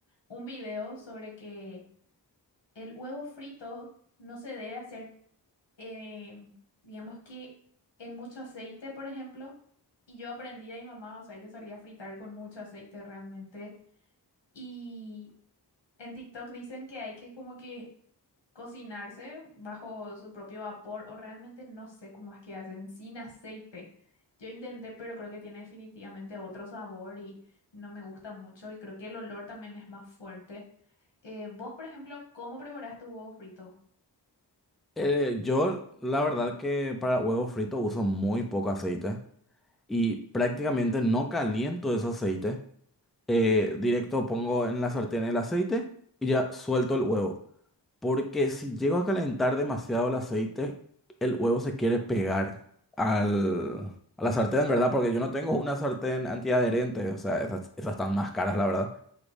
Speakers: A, on the left (about 80°); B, in the centre.
A: un video sobre que el huevo frito no se debe hacer, eh, digamos que en mucho aceite, por ejemplo. Y yo aprendí a mi mamá, o sea, ella solía fritar con mucho aceite realmente. Y en TikTok dicen que hay que como que cocinarse bajo su propio vapor, o realmente no sé cómo es que hacen, sin aceite. Yo intenté, pero creo que tiene definitivamente otro sabor y no me gusta mucho. Y creo que el olor también es más fuerte. Eh, vos, por ejemplo, ¿cómo preparás tu huevo frito?
B: Eh, yo, la verdad que para huevos fritos uso muy poco aceite y prácticamente no caliento ese aceite. Eh, directo pongo en la sartén el aceite y ya suelto el huevo. Porque si llego a calentar demasiado el aceite, el huevo se quiere pegar al, a la sartén, ¿verdad? Porque yo no tengo una sartén antiadherente, o sea, esas, esas están más caras, la verdad.